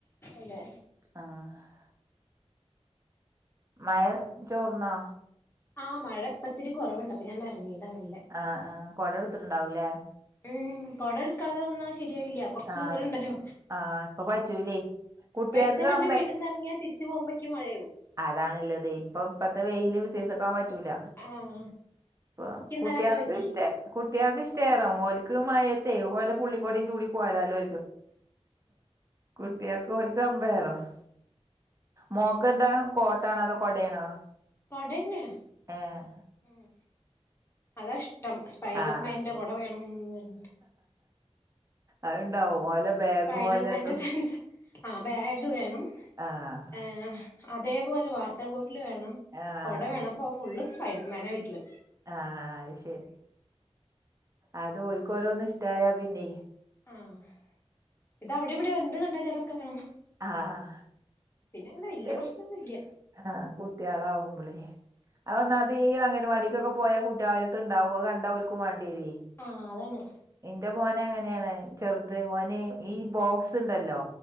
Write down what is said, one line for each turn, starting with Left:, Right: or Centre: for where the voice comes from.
Left: അതെ
Right: ആഹ്. മഴ ചോർന്നോ?
Left: ആഹ് മഴ ഇപ്പത്തിരി കുറവുണ്ട് അപ്പം ഞാൻ ഇങ്ങിയതാ മെല്ലെ.
Right: ആഹ് ആഹ് കൊട എടുത്തിട്ടുണ്ടാവൂല്ലേ?
Left: ഉം കൊട എടുക്കാതെ വന്നാൽ ശരിയാവില്ല. കുറച്ച്
Right: ആഹ്
Left: ദൂരം ഉണ്ടല്ലോ
Right: ആഹ് ഇപ്പ പറ്റൂലേ കുട്ട്യാക്ക്
Left: വെളിച്ചം
Right: കമ്പ
Left: കണ്ട് വീട്ടിന്ന് ഇറങ്ങിയാ തി ച്ചു പോമ്പയ്ക്ക് മഴ ആയ്യും.
Right: അതാണുള്ളത് ഇപ്പം ഇപ്പത്തെ വെയില് വിസസിക്കാൻ പറ്റൂല.
Left: ആഹ്
Right: ഇപ്പം
Left: എനിക്കിന്നലെ
Right: കുട്ടിയാക്ക്
Left: അങ്ങനെ പറ്റി
Right: ഇഷ്ട. കുട്ടികൾക്ക് ഇഷ്ടേറ ഓലക്ക് മയത്തേ ഓലെ പുള്ളിക്കോടയും ചൂടി പോരാലോ? കുട്ടിയക്ക് ഒരു <unintelligible> മോക്ക് പെന്താ കോട്ട് ആണോ കോട ആണോ?.
Left: കൊടനെ
Right: ഏഹ്
Left: ഉം അതാ ഇഷ്ടം ഫൈഡർമാന്റെ
Right: ആഹ്
Left: കുട വേണംന്ന് പറഞിട്ട്
Right: അത്ണ്ടാവും ഓലെ ബാഗും
Left: ഫൈഡർമൻന്റെ
Right: ഓലെതും
Left: ഫാൻസ്. ആ ബാഗ് വേണം
Right: ആഹ്
Left: ഏഹ് അതേപോലെ വാട്ടർ ബോട്ടിൽ വേണം
Right: ആഹ്
Left: കൊട വേണം പ്പോ ഫുള്ള് ഫൈഡർ മോന വീട്ടില്.
Right: ആഹ് അയ് ശരി. അത് ഒല്ക് ഓരോന്ന് ഇഷ്ടായ പിന്നെ.
Left: ആഹ് ഇത്അവിടിം വിടിം എന്ത് കണ്ടാലും അതൊക്കെ വേണം
Right: ആഹ്
Left: പിന്നെ അങ്ങനെ
Right: അഹ്
Left: വല്യ
Right: ചെറി
Left: പ്രശ്നൊന്നുല്ല
Right: അഹ് കുട്ട്യാളാവുമ്പളോ അത് ഒന്നാമത്ഈ അംഗൻവാടിക്കൊക്കെ പോയാ കുട്ട്യാളെട്ത്ണ്ടാവു, അഹ് കണ്ടാ ഓൽക്കും വാണ്ടിയേരൊയ്.
Left: ആഹ് അതന്നെ
Right: ഇന്റെ മോന് അങ്ങനേണ്, ചെർത് ഓന് ഈ ബോക്സ്ണ്ടല്ലോ?